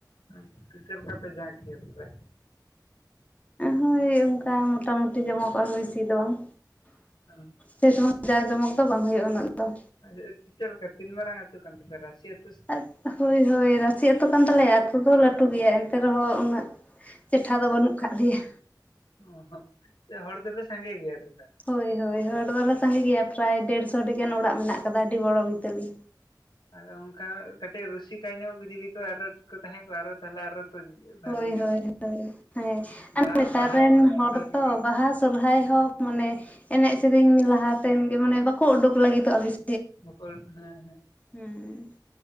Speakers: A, on the left (about 80°); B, on the left (about 20°).
A: ᱟᱪᱷᱟ ᱪᱮᱫ ᱞᱮᱠᱟ ᱯᱮ ᱡᱟᱸᱠ ᱜᱮᱭᱟ ᱛᱚᱵᱮ?
B: ᱦᱳᱭ ᱚᱱᱠᱟ ᱢᱚᱴᱟᱢᱩᱴᱤ ᱡᱚᱢᱚᱠᱚᱜ-ᱟ ᱵᱮᱥᱤ ᱫᱚ ᱵᱟᱝ᱾
A: <inaudible>
B: ᱥᱮ ᱥᱚᱢᱚᱭ ᱡᱟᱸᱠ ᱡᱚᱢᱚᱠ ᱫᱚ ᱵᱟᱝ ᱦᱩᱭᱩᱜᱼᱟ ᱩᱱᱟᱹᱜ ᱫᱚ
A: ᱟᱪᱷᱟ ᱪᱮᱫ ᱞᱮᱠᱟ ᱛᱤᱱ ᱢᱟᱨᱟᱝ ᱟᱹᱛᱩ ᱠᱟᱱ ᱛᱟᱯᱮ ᱨᱟᱹᱥᱤ ᱟᱛ
B: ᱟᱪ ᱦᱳᱭ ᱦᱳᱭ ᱨᱟᱥ ᱨᱟᱹᱥᱤ ᱟᱹᱛᱩ ᱠᱟᱱ ᱛᱟᱞᱮᱭᱟ ᱟᱹᱛᱩ ᱫᱚ ᱞᱟᱹᱴᱩ ᱜᱮᱭᱟ ᱮᱱᱛᱮ ᱨᱮᱦᱚᱸ ᱩᱱᱟᱹᱜ, ᱪᱮᱴᱷᱟ ᱫᱚ ᱵᱟᱹᱱᱩᱜ ᱟᱠᱟᱫ ᱞᱮᱭᱟ᱾
A: ᱚ ᱦᱚᱸ ᱥᱮ ᱦᱚᱲ ᱫᱚᱯᱮ ᱥᱟᱸᱜᱮ ᱜᱮᱭᱟ ᱛᱚ ᱛᱟᱦᱚᱞᱮ?
B: ᱦᱳᱭ ᱦᱳᱭ ᱦᱚᱲ ᱫᱚᱞᱮ ᱥᱟᱸᱜᱮ ᱜᱮᱭᱟ ᱯᱨᱟᱭ ᱰᱮᱲᱥᱚᱴᱤ ᱜᱟᱱ ᱚᱲᱟᱜ ᱢᱮᱱᱟᱜ ᱟᱠᱟᱫᱟ ᱟᱹᱰᱤ ᱵᱚᱲᱚ ᱵᱤᱛᱟᱹᱞᱤ᱾
A: ᱟᱫᱚ ᱚᱱᱠᱟ ᱠᱟᱹᱴᱤᱡ ᱨᱩᱥᱤᱠᱟ ᱧᱚᱜ ᱡᱩᱫᱤ ᱠᱚ ᱟᱨᱚ ᱠᱚ ᱛᱟᱦᱮᱸ ᱠᱚᱜᱼᱟ ᱟᱨᱚ ᱛᱟᱦᱚᱞᱮ ᱟᱨᱚ ᱛᱚ ᱵᱷᱟᱜᱮ
B: ᱦᱳᱭ
A: ᱧᱚᱜ
B: ᱦᱳᱭ ᱦᱳᱭ ᱦᱮᱸ ᱟᱨ
A: ᱵᱟᱦᱟ
B: ᱱᱮᱛᱟ
A: ᱵᱟᱦᱟ
B: ᱨᱮᱱ
A: ᱥᱚᱦᱨᱟᱭ
B: ᱦᱚᱲ
A: ᱵᱷᱟᱜᱤ
B: ᱛᱚ
A: ᱜᱮ
B: ᱵᱟᱦᱟ ᱥᱚᱨᱦᱟᱭ ᱦᱚᱸ ᱢᱟᱱᱮ ᱮᱱᱮᱡ, ᱥᱮᱨᱮᱧ, ᱞᱟᱦᱟᱛᱮᱱ ᱜᱮ ᱢᱟᱱᱮ ᱵᱟᱠᱚ ᱳᱰᱳᱠ ᱞᱟᱹᱜᱤᱫᱚᱜᱼᱟ ᱵᱮᱥ
A: ᱵᱚᱠᱚᱞ ᱦᱮᱸ ᱦᱮᱸ,
B: ᱦᱩᱸ